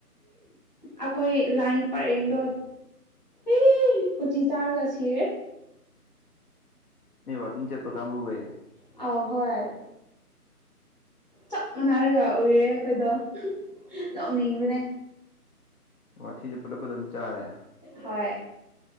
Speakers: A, on the left; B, on the left.
A: ꯑꯩꯈꯣꯏ ꯂꯥꯏ ꯄꯔꯦꯡꯗꯣ ꯑꯦ ꯎꯊ ꯇꯔꯒꯁꯤ
B: ꯅ ꯋꯥꯀꯤꯡ ꯆꯠꯄ ꯀꯝꯕꯕꯨꯒꯦ
A: ꯑ ꯍꯣꯏ ꯆꯞ ꯃꯥꯟꯅꯔꯒ ꯎꯏꯔꯦ ꯑꯩꯈꯣꯏꯗꯣ ꯅꯣꯛꯅꯤꯡꯕꯅꯦ
B: ꯋꯥꯊꯤꯁꯨ ꯄꯨꯂꯞ ꯑꯗꯨꯝ ꯆꯥꯔꯦ
A: ꯍꯣꯏ